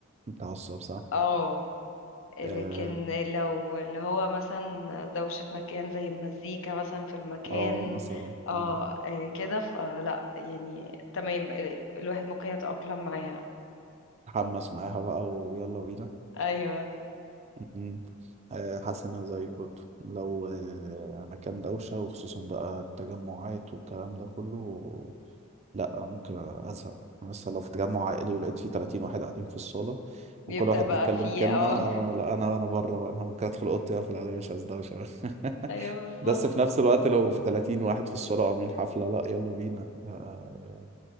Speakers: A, on the right (about 30°); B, on the left (about 65°).
A: متعصب صح؟
B: اه لكن
A: اه
B: لو اللي هو مثلا دوشة مكان زي المزيكا مثلا في المكان
A: آه، مثلا
B: اه
A: مم.
B: آه، كده فلا يعني تمام ال- الواحد ممكن يتأقلم معاها
A: تحمس معاها بقى ويلا بينا
B: ايوه
A: مم. آه، حاسس ان انا زيك برضه لو آه، مكان دوشة وخصوصا بقى التجمعات والكلام ده كله لا انا ممكن ازهق أنا مثلا لو في تجمع عائلي ولقيت فيه 30 واحد قاعدين في الصاله
B: بيبدأ
A: وكل واحد
B: بقى
A: بيتكلم
B: فيه
A: كلمه
B: اه
A: اه
B: <laughs>
A: لا انا انا بره بقى انا ممكن ادخل اوضتي واقفل عليا مش عايز ده مش عايز <laughs>
B: ايوه بالظبط
A: بس في نفس الوقت لو في 30 واحد في الصاله عاملين حفله لا يلا بينا آه،